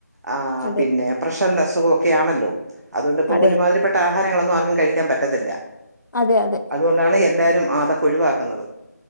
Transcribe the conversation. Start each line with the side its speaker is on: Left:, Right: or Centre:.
Right: ആ
Left: അതെ
Right: പിന്നെ പ്രഷറിന്റെ അസുഖൊക്കെ ആണല്ലോ അതുകൊണ്ടിപ്പം
Left: അതെ
Right: ഒരുമാതിരി
Left: അതെ
Right: പെ ട്ട ആഹാരങ്ങളൊന്നും ആർക്കും കഴിക്കാൻ പറ്റത്തില്ല.
Left: അതെ അതെ.
Right: അതുകൊണ്ടാണ് എല്ലാവരും ആതൊക്ക ഒഴിവാക്കുന്നത്.